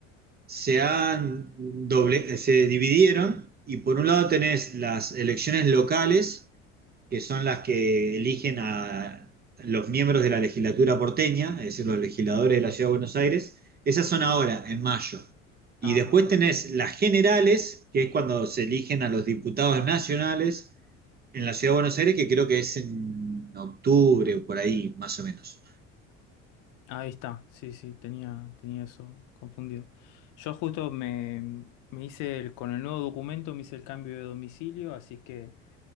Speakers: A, on the right (about 25°); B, on the left (about 55°).
A: se han doble- se dividieron y por un lado tenés las elecciones locales, que son las que eligen a los miembros de la legislatura porteña, es decir, los legisladores de la Ciudad de Buenos Aires. Esas son ahora, en mayo. Y
B: Ah,
A: después tenés las generales, que es cuando se eligen a los diputados nacionales en la ciudad de Buenos Aires, que creo que es en octubre o por ahí, más o menos.
B: Ahí está, sí, sí, tenía, tenía eso confundido. Yo justo me, me hice el, con el nuevo documento, me hice el cambio de domicilio, así que